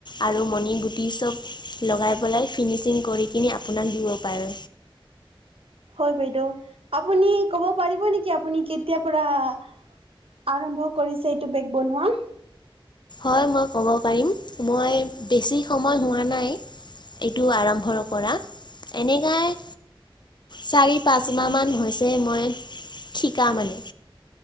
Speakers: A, on the left; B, on the right.
A: আৰু মণি গুটি চব লগাই পলাই ফিনিচিং কৰি কিনি আপোনাক দিব পাৰো।
B: হয় বাইদেউ, আপুনি ক'ব পাৰিব নেকি আপুনি কেতিয়াৰ পৰা আৰম্ভ কৰিছে এইটো বেগ বনোৱা?
A: হয় মই ক'ব পাৰিম মই বেছি সময় হোৱা নাই এইটো আৰম্ভৰ পৰা, এনেকাই চাৰি-পাঁচ মাহ মান হৈছে মই শিকা মানে।